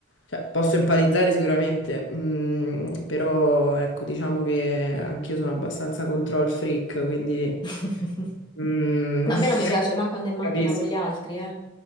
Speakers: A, on the left (about 85°); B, on the left (about 25°).
A: cioè, posso empatizzare sicuramente, mm, però ecco, diciamo che anch'io sono abbastanza control freak, quindi
B: <laughs>
A: mm,
B: Ma a
A: <laughs>
B: me non mi piace manco andare in
A: capisco.
B: macchina con gli altri, eh.